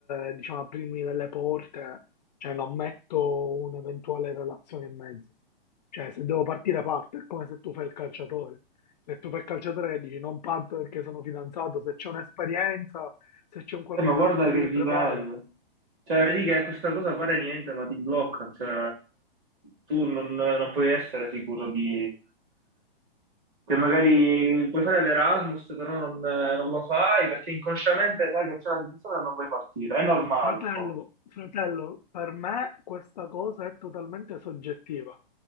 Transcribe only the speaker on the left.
eh, diciamo, aprirmi delle porte, cioè non metto un'eventuale relazione in mezzo. Cioè se devo partire parto, è come se tu fai il calciatore. Se tu fai il calciatore e dici non parto perché sono fidanzato, se c'è un'esperienza, se c'è un qualcosa
che ti
prepara.
Fratello,
fratello, per me questa cosa è totalmente soggettiva.